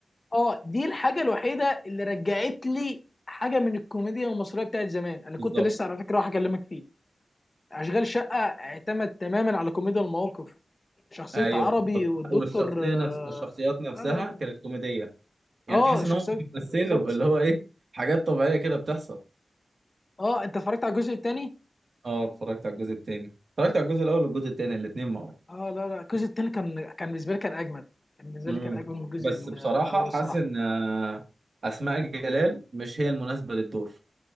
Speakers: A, on the left; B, on the right.
A: اه دي الحاجه الوحيده اللي رجعت لي حاجه من الكوميديا المصريه بتاعت زمان انا كنت
B: بالظبط
A: لسه على فكره راح اكلمك فيه اشغال شقه اعتمد تماما على كوميديا المواقف شخصية
B: ايوه
A: عربي
B: بالظبط
A: والدكتور
B: والشخصيه
A: آه،
B: نفس والشخصيات نفسها
A: لا لا لا
B: كانت كوميديه يعني
A: اه
B: تحس ان
A: شخصية
B: هم بيمثلوا
A: بالظبط
B: اللي هو ايه حاجات طبيعيه كده بتحصل
A: اه انت اتفرجت على الجزء الثاني؟
B: اه اتفرجت على الجزء الثاني اتفرجت على الجزء الاول والجزء الثاني الاثنين مع بعض
A: اه لا لا الجزء الثاني كان كان بالنسبة لي كان اجمد كان بالنسبة
B: امم
A: لي كان اجمد من الجزء
B: بس
A: ال-
B: بصراحه
A: الاول
B: حاسس
A: الصراحة
B: ان آه، اسماء جلال مش هي المناسبه للدور